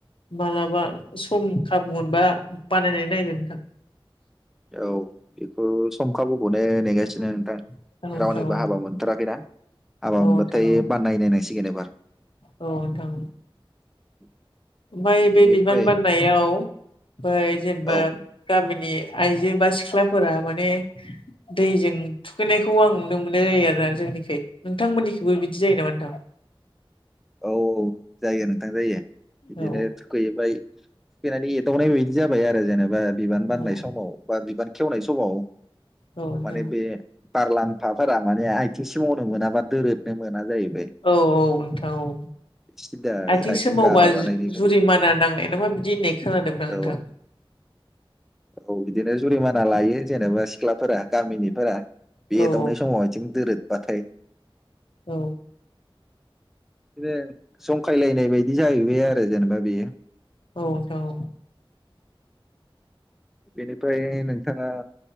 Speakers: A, on the left (about 70°); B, in the centre.
A: मालाबा सम खाबु मोनबा बानायनानै नायदो नोंथां।
B: औ बेखौ सम खाबुखौनो नेगासिनो नोंथां।
A: नोंथां।
B: रावनिबो
A: औ नोंथां औ
B: हाबा मोनथाराखैना हाबा
A: औ
B: मोनबाथाय
A: नोंथां औ
B: बाननाय नायनांसिगोन एबार।
A: औ नोंथां।
B: <inaudible>
A: ओमफ्राय
B: बेनिफ्राय
A: बे बिबान बाननायाव बै जेनेबा
B: औ
A: गामिनि आइजो बा सिख्लाफोरा माने दैजों थुखैनायखौ आं नुनो मोननाय जायो आरोना जोंनिखै नोंथांमोननिखौबो बिदि जायो नामा नोंथां?
B: औ औ जायो नोंथां जायो बिदिनो
A: औ
B: थुखैबाय थुखैनानै एदावनाय बेदिनो जाबाय आरो जेनेबा बिबान बाननाय
A: औ
B: समाव। बा बिबार खेवनाय समाव
A: औ नोंथां
B: माने बे बारलामफाफोरा माने आथिं सि मावनो मोनाबा दोरोदनो मोना जाहैबाय।
A: औ औ नोंथां औ।
B: सिदा
A: आथिं सोमावबा
B: गा माबानायनिफ्रायनो
A: जुरिमाना नांनाय नामा बिदि होननाय खोनादों आं नोंथां।
B: औ औ बिदिनो जुरिमाना लायो जेनेबा सिख्लाफोरा गामिनिफोरा। बे
A: औ
B: एदावनाय समाव आथिं दोरोदबाथाय।
A: औ।
B: बिनो जंखायलायनाय बायदि जाहैबाय आरो जेनेबा बेयो।
A: औ नोंथां औ।
B: बेनिफ्राय नोंथाङा